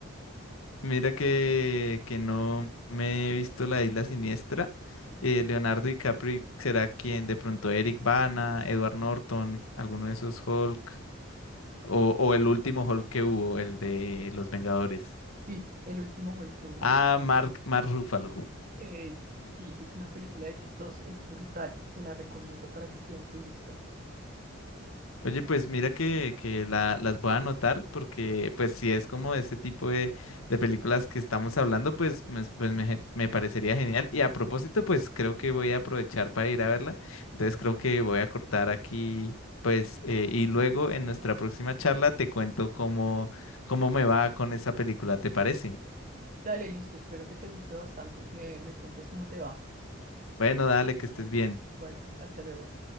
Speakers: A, on the left (about 85°); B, on the right (about 40°).
A: Mira que, que no me he visto La Isla Siniestra. Eh, Leonardo DiCaprio será quien, de pronto Eric Bana, Edward Norton, alguno de esos Hulk, o, o el último Hulk que hubo, el de Los Vengadores.
B: Sí, el último Hulk que hubo.
A: Ah, Mark, Mark Ruffalo.
B: Eh, sí, es una película de ellos dos, es brutal, te la recomiendo para que quede en tu lista.
A: Oye, pues mira que, que la- las voy a anotar porque pues si es como este tipo de, de películas que estamos hablando, pues, me, pues me, me parecería genial. Y a propósito, pues creo que voy a aprovechar para ir a verla. Entonces creo que voy a cortar aquí, pues, eh, y luego en nuestra próxima charla te cuento cómo, cómo me va con esa película, ¿te parece?
B: Dale, listo, espero que te guste bastante. Me, me cuentas cómo te va.
A: Bueno, dale, que estés bien.
B: Bueno, hasta luego.